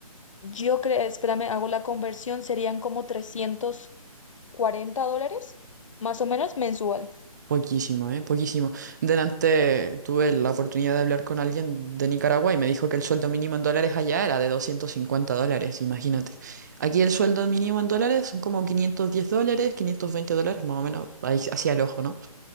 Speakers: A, on the left; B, on the right.
A: yo creo, espérame, hago la conversión, serían como trescientos cuarenta dólares, más o menos mensual.
B: Poquísimo, ¿eh? Poquísimo. Delante tuve la oportunidad de hablar con alguien de Nicaragua y me dijo que el sueldo mínimo en dólares allá era de 250 dólares, imagínate. Aquí el sueldo mínimo en dólares son como 510 dólares, 520 dólares, más o menos, ahí hacia el ojo, ¿no?